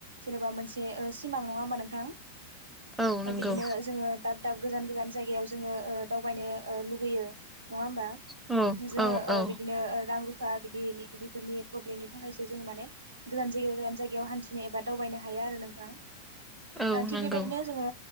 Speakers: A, on the right (about 85°); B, in the centre.
A: जेनेबा मोनसे ओ सिमां नङा होमबा नोंथां
B: औ
A: दा
B: नंगौ
A: बिदिनो जोङो दा दाब गोजान गोजान जायगायाव जोङो ओ दावबायनो ओ लुगैयो नङा होमबा
B: औ
A: जोङो
B: औ
A: ओ
B: औ
A: बिदिनो रां रुफा बिदि बेफोरनि प्रब्लेमनि थाखाय जोङो माने गोदान जायायाव गोजान जायगायाव हान्थिनो एबा दावबायनो हाया आरो नोंथां
B: औ
A: थिग
B: नंगौ
A: बेबायदिनो जोङो